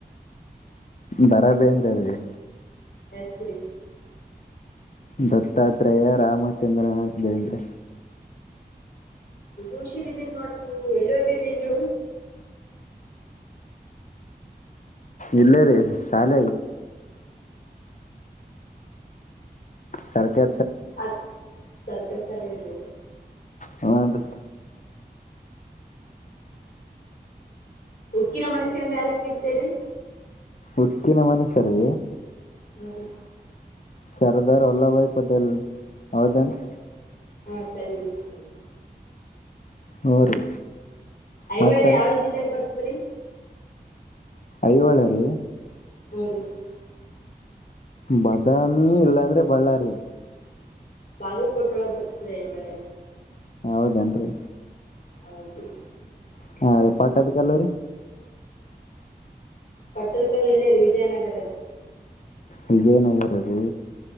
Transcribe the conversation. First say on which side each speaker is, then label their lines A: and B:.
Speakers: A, on the left; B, on the left.
A: ಬಾರಾ ಬೇಂದ್ರ ರಿ
B: ಬಸರಿ
A: ದತ್ತಾತ್ರೇಯ ರಾಮಚಂದ್ರನಾಥ್ ಬೇಂದ್ರೆ.
B: ಗ ಹುಷಿರಿದ್ದೀರಿ ನೋಡ್ರಿ ನೀವು ಎಲ್ಲಿ ಹದಿರಿ ನೀ
A: ಇಲ್ಲ ರೀ ಶಾಲ ಸಾರಕೆ
B: ಅದ ತರಕಾರಿ ಸಲಿರಿ
A: ಹ್ಞೂ
B: ಉಕ್ಕಿನ ಮನುಷ್ಯ ಎಂದ ಯಾರಗಿ ಕರೀತಾರ್ರಿ
A: ಉಕ್ಕಿನ ಮನುಷ್ಯರಿ
B: ಹರಿ
A: ಸರ್ದಾರ್ ವಲ್ಲಭ ಭಾಯ್ ಪಟೇಲ್ ಹೌದೇನರಿ
B: ಹಾ ಸರಿ ಬಿ ಸರಿ
A: ಹೂ ರೀ
B: ಐಹೋಳೆ
A: ಮತ್ತೆ
B: ಯಾವ
A: ರೀ
B: ಜಿಲ್ಲೆಗ ಬರ್ತದ್ರಿ
A: ಐಹೋಳೆ ರೀ
B: <unintelligible>
A: ಬಾದಾಮಿ ಇಲ್ಲಾಂದ್ರೆ ಬಳ್ಳಾರಿ
B: ಬಾಗಕೊಟೆಒಳಗ್ ಬರ್ತಿದ್ರಿ ಐಹೊಳೆ
A: ಹೌದೇನ್ರಿ
B: ಹೌದರೀ
A: ಹಾ ಅದೇ ಪಟ್ಟದಕ್ಕಲ್ಲುರಿ
B: ಪಟ್ಟದಕ ಇಲ್ಲೇ ರಿ ವಿಜಯನಗರಿ
A: ವಿಜಯನಗರ ರೀ